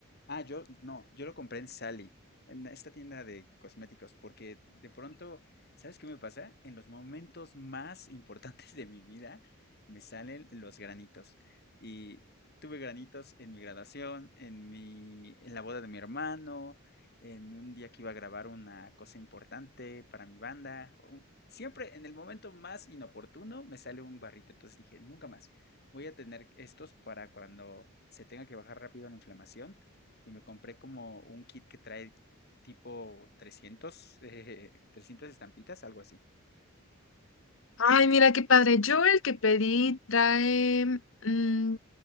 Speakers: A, on the left (about 50°); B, on the left (about 65°).
A: Ah, yo no, yo lo compré en Sally, en esta tienda de cosméticos, porque de pronto, ¿sabes qué me pasa? En los momentos más importantes de mi vida me salen los granitos. Y tuve granitos en mi graduación, en mi, en la boda de mi hermano, en un día que iba a grabar una cosa importante para mi banda. u- Siempre en el momento más inoportuno me sale un barrito, entonces dije, nunca más voy a tener estos para cuando se tenga que bajar rápido la inflamación. Y me compré como un kit que trae tipo 300, eh, 300 estampitas, algo así.
B: Ay, mira qué padre. Yo el que pedí trae mm,